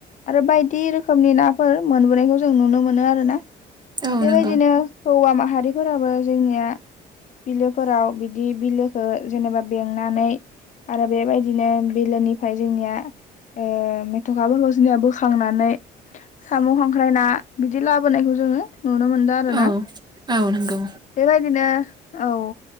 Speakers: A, on the left; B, on the right.
A: आरो बायदि रोखोमनि नाफोर मोनबोनायखौ जों नुनो मोनो आरो ना।
B: औ
A: बेबायदिनो
B: नंगौ
A: हौवा माहारिफोराबो जोंनिया बिलोफोराव बिदि बिलोखो जेनेबा नानै आरो बेबायदिनो बिलोनिफ्राय जोंनिया ओ मेथ'खाफोरखौ जोंनिया बोखांनानै साम' खांख्राय ना बिदि लाबोनायखौ जोङो नुनो मोनदों आरो
B: औ
A: ना।
B: औ नंगौ
A: बेबायदिनो औ